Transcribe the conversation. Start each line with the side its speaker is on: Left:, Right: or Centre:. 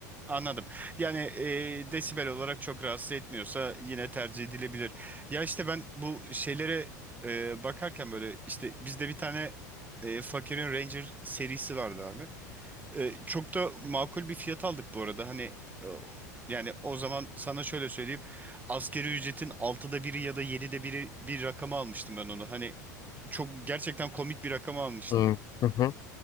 Right: anladım. Yani e, desibel olarak çok rahatsız etmiyorsa yine tercih edilebilir. Ya işte ben bu şeylere e, bakarken böyle işte bizde bir tane e, fakirin Ranger serisi vardı abi. Ee, çok da makul bir fiyat aldık bu arada. Hani e, yani o zaman sana şöyle söyleyeyim. Asgari ücretin altıda biri ya da 7'de biri bir rakama almıştım ben onu. Hani çok gerçekten komik bir rakama almıştım.
Left: Hı hı hı.